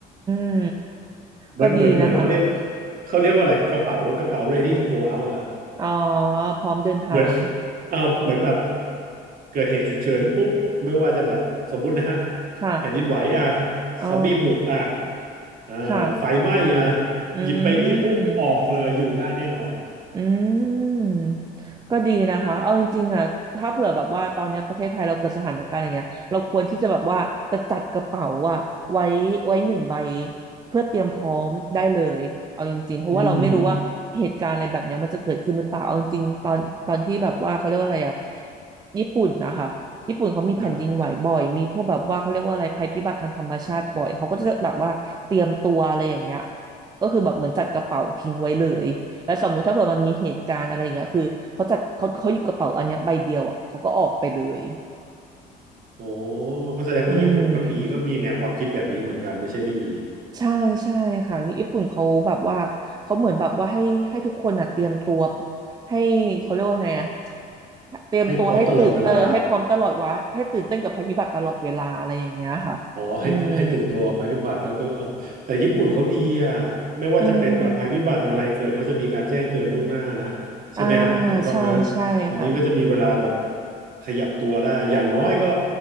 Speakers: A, on the right (about 25°); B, on the right (about 55°).
A: ม
B: เหมือนเหมือนเหมือนเขาเรียก
A: ก็ดีนะคะ
B: เขาเรียกว่าอะไรกระเป๋ากระเป๋า ready to go out อะฮะ
A: อ๋อ พร้อมเดินทาง
B: เหมือนเออเหมือนแบบเกิดเหตุฉุกเฉินปุ๊บไม่ว่าจะแบบสมมุตินะฮะ
A: ค่ะ
B: แผ่นดินไหวอ่ะ
A: อ๋อ
B: ซอมบี้บุกอ่ะ อ่าไฟไหม้อ่ะ
A: ค่ะ อืม
B: หยิบไปนี้ปุ๊บออกเลยอยู่ได้แน่นอน
A: อืมก็ดีนะคะเอาจริงๆอ่ะถ้าเผื่อแบบว่าตอนเนี้ยประเทศไทยเราเกิดสถานการณ์อย่างเงี้ยเราควรที่จะแบบว่าจะจัดกระเป๋าอ่ะไว้ไว้หนึ่งใบเพื่อเตรียมพร้อมได้เลยเอาจริงๆเพราะว่าเราไม่รู้ว่าเหตุการณ์อะไรแบบเนี้ยมันจะเกิดขึ้นหรือเปล่าเอาจริงๆตอนตอนที่แบบว่าเขาเรียกว่าอะไรอ่ะ
B: <laughs> อืม
A: ญี่ปุ่นนะคะญี่ปุ่นเขามีแผ่นดินไหวบ่อยมีพวกแบบว่าเขาเรียกว่าอะไรภัยพิบัติทางธรรมชาติบ่อยเขาก็จะแบบว่าเตรียมตัวอะไรอย่างเงี้ย
B: ครับ
A: ก็คือแบบเหมือนจัดกระเป๋าทิ้งไว้เลย แล้วสมมุติถ้าเผื่อมันมีเหตุการณ์อะไรอย่างเงี้ยคือเขาจัดเขาเขาหยิบกระเป๋าอันเนี้ยใบเดียวอ่ะเขาก็ออกไปเลย
B: โอ้ก็แสดงว่าญี่ปุ่นก็มีก็มีแนวความคิดแบบนี้เหมือนกันไม่ใช่ไม่มี
A: อืมใช่ใช่ค่ะญี่ปุ่นเขาแบบว่าเขาเหมือนแบบว่าให้ให้ทุกคนอ่ะเตรียมตัวให้เขาเรียกว่าไงอ่ะเตรียมตัวให้ตื่นเออให้พร้อมตลอดวะให้ตื่นเต้นกับภัยพิบัติตลอดเวลาอะไรอย่างเงี้ยค่ะอืม
B: ให้พร้อมตลอดเวลา อ๋อให้ให้ตื่นตัวภัยพิบัติแล้วก็เอาแต่ญี่ปุ่นเขาดีอ่ะไม่ว่าจะเป็นแบบภัยพิบัติอะไรเกิดเขาจะมีการแจ้งเตือนล่วงหน้านะใช่ไหมฮะถูกต้องไหม
A: อืมอ่าใช่ใช่ค่ะ
B: เดี๋ยวนี้ก็จะมีเวลาแบบขยับตัวได้อย่างน้อยก็